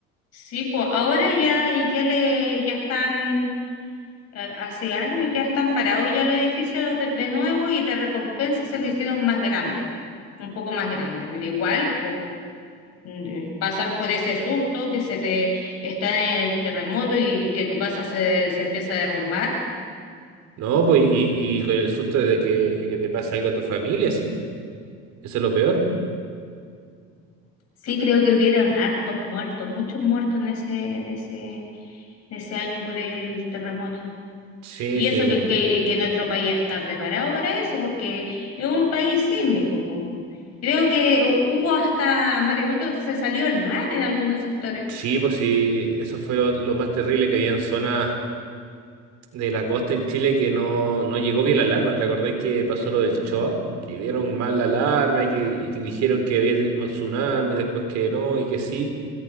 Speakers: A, on the left; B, on the right.
A: Sí, pues ahora ya, ya le, ya están, eh, hace años ya están parados ya los edificios de, de nuevo y de recompensa se lo hicieron más grande, un poco más grande, pero igual, pues, mm, eh, pasar por ese susto que se te está en el terremoto y que tu casa se, se empieza a derrumbar.
B: No, pues y, y con el susto de que, que te pase algo a tu familia, sí. Eso es lo peor.
A: Sí, creo que hubieron hartos muertos, muchos muertos en ese, en ese, en ese año por el terremoto.
B: Sí,
A: Y
B: sí.
A: eso que, que, que nuestro país está preparado para eso, porque es un país sísmico, po. Creo que hu- hubo hasta maremotos, se salió el mar en algunos sectores.
B: Sí, pues sí. Eso fue lo, lo más terrible que había en zonas de la costa en Chile que no, no llegó bien la alarma. ¿Te acordás que pasó lo del Choa? Que dieron mal la alarma y que, y que dijeron que había tsunami, después que no y que sí.